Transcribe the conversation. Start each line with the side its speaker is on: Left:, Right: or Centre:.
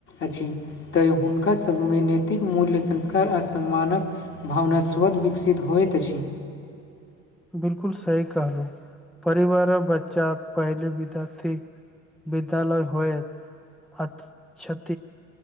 Left: अछि तै हुनका सभमे नैतिक मूल्य संस्कार आ सम्मानक भावना स्रोत विकसित होइत अछि।
Centre: बिल्कूल सही कहलू परिवार आ बच्चा पहल विदाथी विद्यालय होएत अच्छा